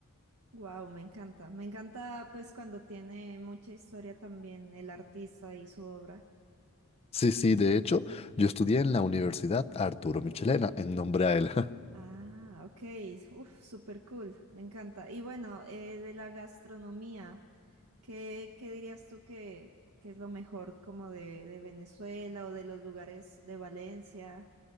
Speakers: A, on the right; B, on the left.
A: Wow, me encanta. Me encanta pues cuando tiene mucha historia también el artista y su obra.
B: Sí, sí, de hecho, yo estudié en la Universidad Arturo Michelena en nombre a él.
A: Ah, ok. Uf, súper cool. Me encanta. Y bueno, eh, de la gastronomía, ¿qué, qué dirías tú que, que es lo mejor como de, de Venezuela o de los lugares de Valencia?